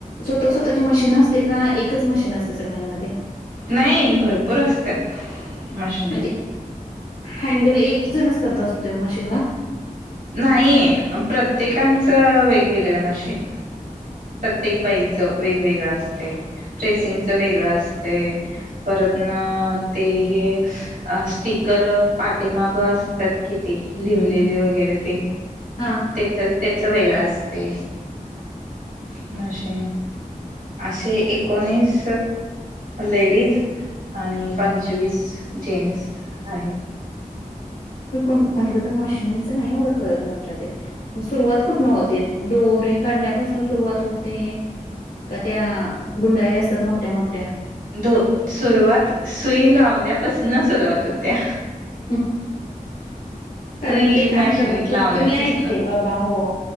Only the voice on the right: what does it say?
नाही भरपूर असतात. मशनी
नाहीय, प्रत्येकांचं वेगवेगळं मशीन प्रत्येक बाईचं वेगवेगळं असते रेसिंगच वेगळं असते परतन ते हे अ स्टीकर पाठीमागं असतात किती लिवलेले वगैरे ते,
त्याच वेगळं असते मशीन असे एकोणीस लेडीज आणि पंचवीस जेन्स आहेत
धो सुरुवात सुई लावल्यापासन सुरुवात होत्या.
सुई
मशनीत
लावण्यापासन